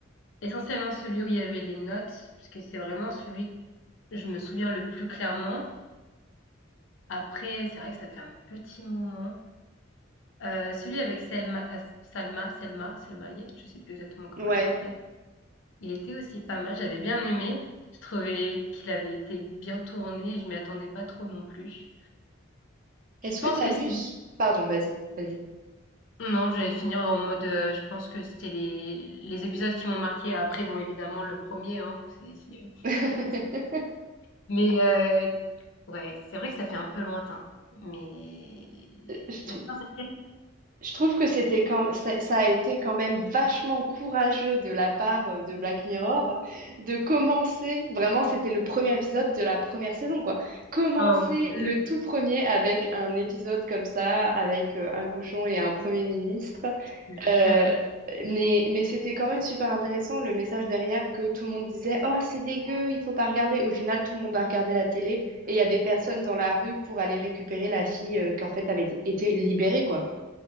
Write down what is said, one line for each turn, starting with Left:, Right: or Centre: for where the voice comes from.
Left: essentiellement celui où il y avait les notes, puisque c'est vraiment celui que je me souviens le plus clairement. Après, c'est vrai que ça fait un petit moment. Euh, celui avec Selma, As- Salma, Selma, Selma Hayek, je sais plus exactement comment
Right: Ouais.
Left: elle s'appelle. Il était aussi pas mal, j'avais bien aimé. Je trouvais qu'il avait été bien tourné je m'y attendais pas trop non plus. Je
Right: Est-ce
Left: pense
Right: que tu as
Left: que
Right: vu...
Left: c'est
Right: ce- Pardon, vas-y, vas-y.
Left: non, j'allais finir en mode, heu, je pense que c'était les les épisodes qui m'ont marqué. Après bon, évidemment le premier. hein, c'est c'est euh,
Right: <laughs>
Left: difficile. Mais heu, ouais, c'est vrai que ça fait un peu lointain, mais
Right: Je trou-
Left: le pire c'est
Right: Je trouve que c'était quand ça, ça a été quand même vachement courageux de la part euh, de Black Mirror de commencer, vraiment c'était le premier épisode de la première saison quoi, commencer
Left: oh mon Dieu,
Right: le tout premier avec un épisode comme ça, avec euh, un cochon et un premier ministre.
Left: je te
Right: Euh,
Left: jure.
Right: mais mais c'était quand même super intéressant le message derrière que tout le monde disait «Oh c'est dégueu, il faut pas regarder». Au final tout le monde a regardé la télé et il y avait personne dans la rue pour aller récupérer la fille euh, qui en fait avait été libérée quoi.